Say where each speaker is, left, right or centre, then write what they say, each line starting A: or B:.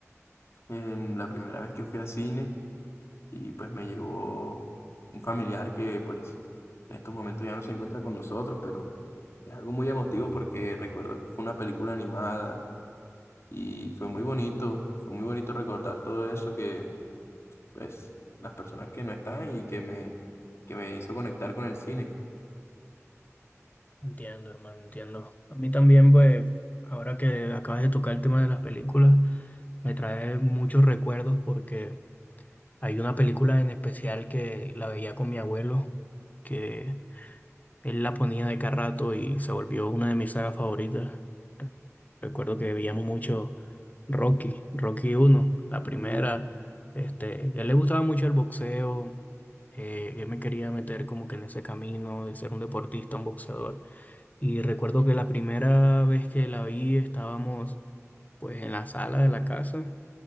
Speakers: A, on the left (about 60°); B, on the left (about 30°).
A: em, la primera vez que fui a cine y pues me llevó un familiar que pues en estos momentos ya no se encuentra con nosotros, pero es algo muy emotivo porque recuerdo que fue una película animada Y fue muy bonito, fue muy bonito recordar todo eso que, pues, las personas que no están y que me, que me hizo conectar con el cine.
B: Entiendo, hermano, entiendo. A mí también, pues, ahora que acabas de tocar el tema de las películas, me trae muchos recuerdos porque hay una película en especial que la veía con mi abuelo, que Él la ponía de cada rato y se volvió una de mis sagas favoritas. Recuerdo que veíamos mucho Rocky, Rocky uno, la
A: Uh,
B: primera. Este, a él le gustaba mucho el boxeo. eh, él me quería meter como que en ese camino de ser un deportista, un boxeador. Y recuerdo que la primera vez que la vi estábamos pues en la sala de la casa